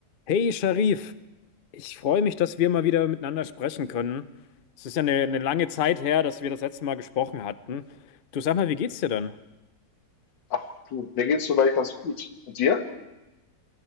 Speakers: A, on the left; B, on the left.
A: Hey Sharif, ich freue mich, dass wir mal wieder miteinander sprechen können. Es ist ja eine, eine lange Zeit her, dass wir das letzte Mal gesprochen hatten. Du sag mal, wie geht's dir denn?
B: Ach du, mir geht's soweit ganz gut. Und dir?